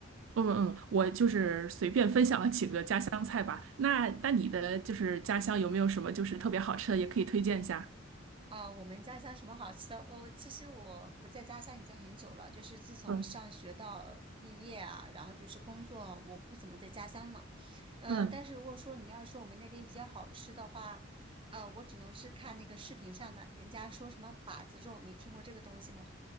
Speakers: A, on the right; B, on the right.
A: 嗯嗯，我就是随便分享了几个家乡菜吧。那那你的就是家乡有没有什么就是特别好吃的，也可以推荐一下？
B: 啊，我们家乡什么好吃的哦？其实我不在家乡已经很久了，就是自从上学到毕业啊，
A: 嗯
B: 然后就是工作，我不怎么在家乡呢。嗯，
A: 嗯，
B: 但是如果说你要说我们那边比较好吃的话，呃，我只能是看那个视频上的，人家说什么把子肉，你听过这个东西吗？